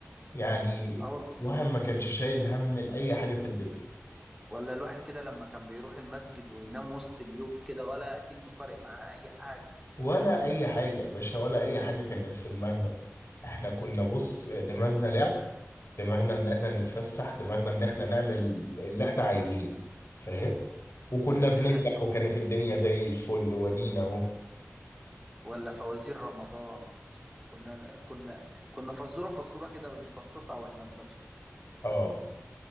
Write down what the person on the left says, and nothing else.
يعني
الواحد ما كانش شايل هم لأي حاجة في الدنيا
ولا أي حاجة يا باشا ولا أي حاجة كانت في دماغنا احنا كنا بص دماغنا لعب دماغنا ان احنا نتفسح دماغنا ان احنا نعمل اللي احنا عايزينه فاهم وكنا
بننجح
وكانت الدنيا زي الفل ودينا اهو
اه